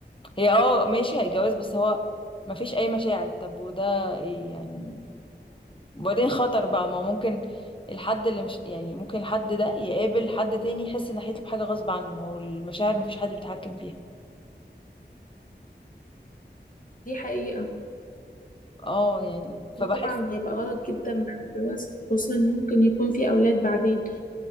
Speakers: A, on the left (about 30°); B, on the left (about 45°).
A: هي اه ماشي هيتجوز بس هو مفيش اي مشاعر طب وده ايه يعني وبعدين خطر بقى ما هو ممكن الحد اللي مش يعني ممكن الحد ده يقابل حد تاني يحس ناحيته بحاجة غصب عنه ما هو المشاعر مفيش حد بيتحكم فيها
B: دي حقيقة
A: اه يعني فبحس
B: وده طبعا هيبقى غلط جدا بعد الجواز خصوصا إن ممكن يكون في أولاد بعدين